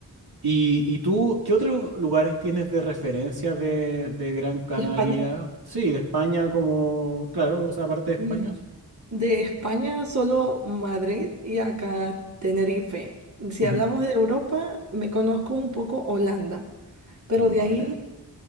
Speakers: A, on the right; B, on the right.
A: ¿Y, y tú qué otros lugares tienes de referencia de, de Gran Canaria?
B: ¿De España?
A: Sí, de España como... Claro, o sea, aparte
B: Mira,
A: de España. sí.
B: de España solo Madrid y acá Tenerife. Si
A: Ujú,
B: hablamos de Europa, me conozco un poco Holanda, pero de
A: Vale,
B: ahí